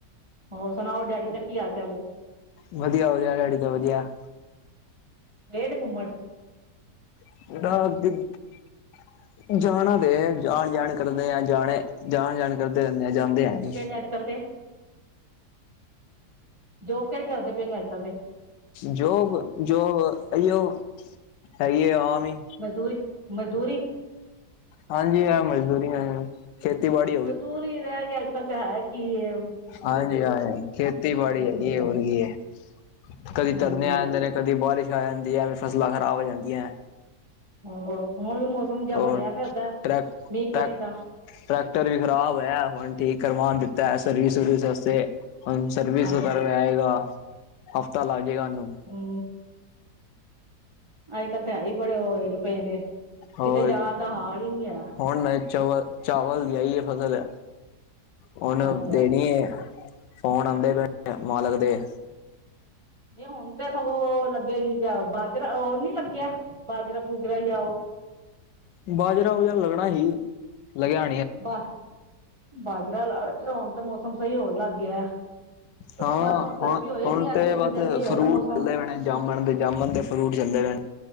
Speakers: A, on the right (about 20°); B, on the left (about 85°).
A: ਹੋਰ ਸੁਣਾਓ ਡੈਡੀ ਦਾ ਕੀ ਹਾਲ-ਚਾਲ ਏ?
B: ਵਦਿਆ, ਵਦਿਆ ਡੈਡੇ ਤੇ ਵਦਿਆ।
A: ਗਏ ਨੇ ਕੁਮੱਣ?
B: <unintelligible> ਜਾਣਾ ਤੇ ਐ, ਆਣ-ਜਾਣ ਕਰਦੇ ਐ, ਜਾਣੇ ਜਾਨ, ਜਾਨ ਕਰਦੇ ਰੈਨਦੇ ਐ ਜਾਂਦੇ ਐ ਨੀ
A: ਸੈਕਲ ਤੇ। ਜੋਬ ਕੇੜੀ ਕਰਦੇ ਪੇ ਨੇ ਆੱਜ-ਕਾੱਲ ਦੇ।
B: ਜੋਬ, ਜੋਬ ਅਇਯੋ ਹੈਗੀ ਏ ਆਮ ਈ।
A: ਮਜਦੂਰੀ, ਮਜਦੂਰੀ
B: ਹਾਂਜੀ ਐ, ਮਜ਼ਦੂਰੀਐ। ਖੇਤੀ ਬਾੜੀ
A: ਮਜ਼ਦੂਰੀ ਰੈ ਗੀ ਐ ਆੱਜ-ਕਾੱਲ ਤਾ ਹੈ ਕੀ ਏ।
B: ਹਾਂਜੀ, ਹਾਈ ਖੇਤੀਬਾੜੀ ਹੈਗੀ
A: ਹੁੰਦਾ
B: ਏ ਹੋਰ ਕੀ ਏ, ਕਦੀ
A: ਹਾਂਜੀ
B: ਧਰਨੇ ਆ ਜਾਂਦੇ ਨੇ। ਕਦੀ ਬਾਰਿਸ਼ ਆ ਜਾਂਦੀ ਐ, ਐਵੇ ਫਸਲਾਂ ਖ਼ਰਾਬ ਹੋ ਜਾਂਦੀਐ
A: ਹੋ ਹੁਨ ਮੌਸਮ ਜਾ
B: ਔਰ
A: ਬਣਿਆ ਪੈਨਦੈ,
B: ਟਰੈਕ
A: ਮੀ
B: ਟਰੈਕ
A: ਕਣੀ ਦਾ।
B: ਟਰੈਕਟਰ ਵੀ ਖ਼ਰਾਬ ਹੈ। ਹੁਣ ਠੀਕ ਕਰਵਾਣ ਦਿੱਤਾ, ਸਰਵਿਸ-ਸੁਰਵਿਸ ਵਸਤੇ, ਹੁਣ ਸਰਵਿਸ
A: ਹਮ
B: ਕਰਕੇ ਆਇਗਾ, ਹਫ਼ਤਾ ਲੱਗ ਜੇਗਾ ਉਹਨੂੰ।
A: ਹੂ ਅੱਜ-ਕੱਲ ਤੇ, ਹੈਹੀ ਬੜੇ ਹੋਏ, ਪਏ ਨੇ,
B: ਹੋਰ
A: ਕਿਤੇ ਜਾਣ ਦਾ ਹਾਲ ਈ ਨਹੀਂ ਹੈਗਾ।
B: ਹੁਣ ਮੈਂ ਚਵਲ-ਚਾਵਲ ਦੀ ਆਈ ਏ ਫਸਲ, ਹੁਣ
A: ਅੱਛਾ
B: ਦੇਣੀ ਏ। ਫੋਨ ਆਂਦੇ ਪਏ ਨੇ, ਮਾਲਕ ਦੇ।
A: ਨਹੀਂ, ਹੁਣ ਤੇ ਸਗੋਂ ਲੱਗੇਗੀ ਬਾਜਰਾ ਉਹ ਨੀ ਲੱਗਿਆ, ਬਾਜਰਾ-ਬੂਜਰਾ ਯਾ, ਓਹ।
B: ਬਾਜਰਾ-ਬੁਜਰਾ ਲੱਗਣਾ ਹੀ, ਲੱਗਿਆ
A: ਬਾ, ਬਾਜਰਾ ਲਾਕੇ, ਹੁਣ ਤੇ ਮੌਸਮ ਸਹੀ ਹੋਣ ਲੱਗ ਗਿਆ।
B: ਹਾਂ,
A: ਬਸ ਗਰਮੀ
B: ਹੁਣ
A: ਹੋ ਜਾਣੀ
B: ਹੁਣ
A: ਏ
B: ਤੇ
A: ਅਗਲੇ
B: ਬਸ
A: ਮਹੀਨੇ ਸਹੀ ਹੋਏ
B: ਫਰੂਟ
A: ਨਾ ਮੌਸਮ।
B: ਚਲਦੇ ਪਏ ਨੇ, ਜਾਮਣ ਦੇ ਜਾਮਣ ਦੇ ਫਰੂਟ ਚੱਲਦੇ ਰਹਿਣ।